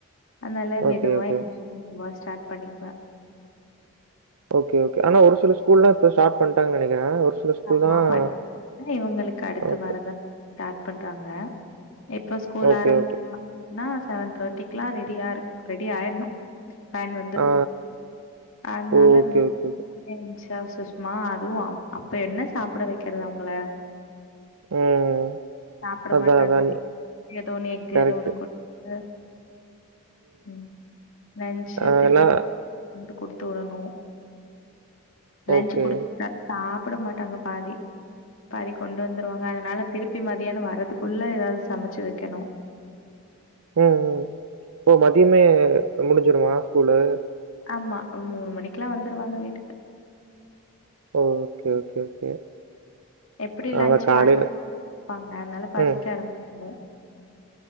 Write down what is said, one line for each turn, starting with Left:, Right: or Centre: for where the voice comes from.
Left: அதனால
Right: ஓகே,
Left: மெதுவா
Right: ஓகே.
Left: எந்திரிச்சு மெதுவா ஸ்டார்ட் பண்ணிக்குவ
Right: ஓகே ஓகே ஆனா ஒரு சில ஸ்கூல்லா இப்ப ஸ்டார்ட் பண்ட்டாங்கன் நெனைக்கிற ஒரு சில ஸ்கூல்
Left: ஆமா
Right: தான்
Left: பட் இவங்களுக்கு அடுத்த
Right: ஓகே.
Left: வாரந்தா ஸ்டார்ட் பண்றாங்க எப்ப ஸ்கூல்
Right: ஓகே,
Left: ஆரம்பிக்கறாங்னா
Right: ஓகே.
Left: செவன் தேர்ட்டிக்லா ரெடியாரு ரெடி ஆயிடணு வேன் வந்துரு
Right: ஆ.
Left: அதனால
Right: ஓ! ஓகே, ஓகே, ஓகே.
Left: எந்ச்சா ஷ்மா அதுவு அப் இப்ப என்ன சாப்பிட வெக்கறது அவங்கள
Right: ம்.
Left: சாப்பிட
Right: அதான்,
Left: மாட்டாங்க
Right: அதான் நீ
Left: ஏதோன்னு எக்கு
Right: கரெக்ட்டு.
Left: ஏதோன்னு குடுத்து ம் லஞ்சு
Right: அதெல்லாம்
Left: திருப்பி வந் குடுத்து தொடணு லஞ்சு
Right: ஓகே.
Left: குடுத்துருக்க சாப் பிட மாட்டாங்க பாதி பாதி கொண்டு வந்துருவாங்க அதனால திருப்பி மதியான வர்றதுக்குள்ள எதாவது சமைச்சு வெக்கணு
Right: உ உம் ஓ மதியமே முடிஞ்சிருமா ஸ்கூலு
Left: ஆமா மூணு மணிக்கெல்லா வந்துருவாங்க வீட்டுக்கு
Right: ஓகே ஓகே ஓகே
Left: எப்டி லன்ச்
Right: அவன் காலையில
Left: <unintelligible> அதனால பசிக்க
Right: ம்.
Left: ஆரம்பிக்க